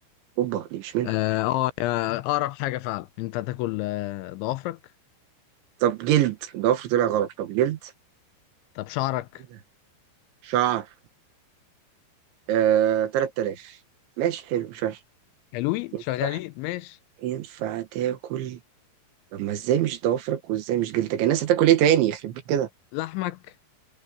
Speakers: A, on the right (about 75°); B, on the left (about 80°).
A: اوبا دي مش منها
B: اه آه، آه، أقرب حاجة فعلا أنت هتاكل آه، ضوافرك
A: طب جلد ضوافر طلع غلط طب جلد
B: طب شعرك
A: إيه ده؟ شعر آه 3000 ماشي حلو مش وحش
B: حلوين
A: ينفع
B: شغالين ماشي
A: ينفع تاكل طب ما ازاي مش ضوافرك وازاي مش جلدك يعني الناس هتاكل ايه تاني يخرب بيت كده
B: لحمك